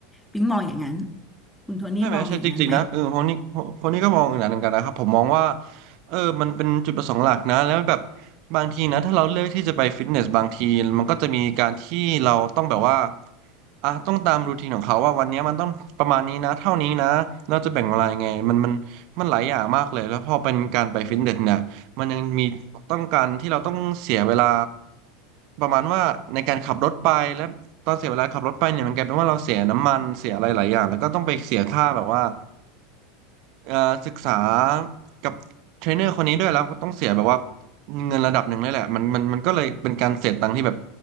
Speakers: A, in the centre; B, on the right.
A: ปิ๊งมองอย่างนั้นคุณโทนี่มองอย่างนั้นไหม
B: ใช่ไหมใช่จริงๆนะเออคนนี้คนนี้ก็มองอย่างนั้นเหมือนกันนะครับผมมองว่าเออมันเป็นจุดประสงค์หลักนะแล้วแบบบางทีนะถ้าเราเลือกที่จะไปฟิตเนสบางทีมันก็จะมีการที่เราต้องแบบว่าอ่ะต้องตามรูทีนของเขาว่าวันนี้มันต้องประมาณนี้นะเท่านี้นะเราจะแบ่งเวลายังไงมันมันมันหลายอย่างมากเลยแล้วพอเป็นการไปฟิตเนสเนี่ยมันยังมีต้องการที่เราต้องเสียเวลาประมาณว่าในการขับรถไปและ ตอนเสียเวลาขับรถไปเนี่ยมันกลายเป็นว่าเราเสียน้ำมันเสียอะไรหลายอย่างแล้วก็ต้องไปเสียค่าแบบว่าเอ่อศึกษากับเทรนเนอร์คนนี้ด้วยแล้วก็ต้องเสียแบบว่าเงินระดับหนึ่งเลยแหละมันมันมันก็เลยเป็นการเสียตังค์ที่แบบ